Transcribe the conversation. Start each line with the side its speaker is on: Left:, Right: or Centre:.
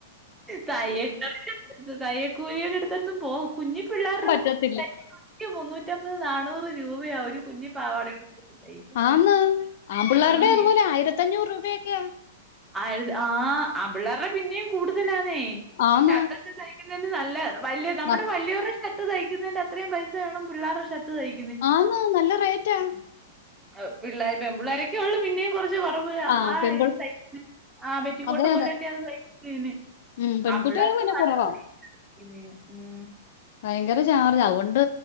Centre: തയ്യ തയ്യക്കൂലിയുടെ അടുത്ത്ന്നും പോകും കുഞ്ഞി പിള്ളാരുടെ
Left: പറ്റത്തില്ലേ
Centre: നിക്ക് മുന്നൂറ്റമ്പത് നാനൂറ് രൂപയാ ഒരു കുഞ്ഞി പാവാട ഉടുപ്പും തൈക്ക
Left: ആന്ന് ആമ്പിള്ളേരുടെ
Centre: ആഹ്
Left: അതുപോലെ
Centre: എന്
Left: ആയിരത്തഞ്ഞൂറ് രൂപയൊക്കയാ
Centre: ആര്ത് ആഹ് ആമ്പിള്ളേരുടെ പിന്നേം കൂടുതലാന്നേ
Left: ആന്ന്
Centre: ഷർട്ടൊക്കെ തയ്ക്കുന്നതിന് നല്ല വല്യ നമ്മടെ
Left: ന-
Centre: വല്യവരുടെ ഷർട്ട് തയ്ക്കുന്നതിന്റെ അത്രേം പൈസ വേണം പിള്ളാരുടെ ഷർട്ട് തയ്
Left: ആന്ന് നല്ല റേറ്റാ
Centre: <unintelligible> ആഹ് പിള്ളാര്‌ പെമ്പിള്ളാരൊക്കേ ഒള്ളു പിന്നേം കൊറച്ച് <unintelligible> കുറവ് അഹ്
Left: ആ
Centre: ആഹ്
Left: പെൺപിൾ
Centre: ഇത് തൈ ആഹ് ബെറ്റിക്കോട്ട്
Left: അതെ
Centre: പോലെക്കെയാ
Left: അതെ
Centre: അത് തയ്ക്കുന്നതിന്
Left: ഉം പെൺകുട്ടികൾ
Centre: അമ്മളത്
Left: പിന്നെ
Centre: മല
Left: കുറവാ
Centre: <unintelligible> ഇന്നെന്നേ ഉം
Left: ഭയങ്കര ചാർജ് ആതുകൊണ്ട്